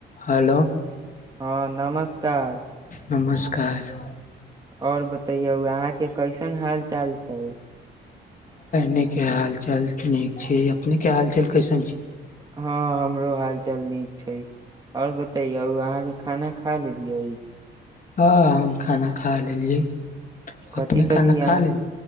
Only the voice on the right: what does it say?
हँ नमस्कार
और बतैयौ यहां के कैसन हाल चाल छै?
हँ हमरो हाल चाल नीक छै और बतैयो अहाँ के खाना खा लेलियै?
कथि
कथि
अहाँ